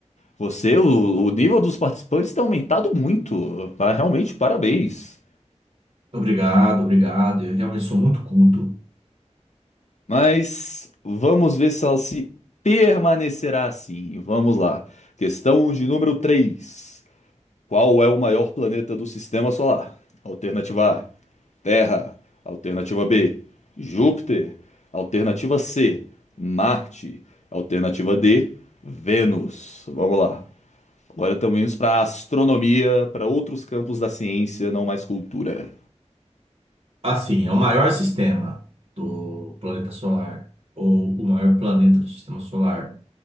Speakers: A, on the left; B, on the right.
A: Você, o, o nível dos participantes tem aumentado muito. Pa- Realmente, parabéns.
B: obrigado, obrigado. Eu realmente sou muito culto.
A: Mas vamos ver se ela se permanecerá assim. Vamos lá. Questão de número 3, Qual é o maior planeta do sistema solar? Alternativa A. Terra. Alternativa B, Júpiter. Alternativa C, Marte. Alternativa D, Vênus. Vamos lá. Agora estamos indo para a astronomia, para outros campos da ciência, não mais cultura.
B: Assim, é o maior sistema do planeta solar, ou o maior planeta do sistema solar.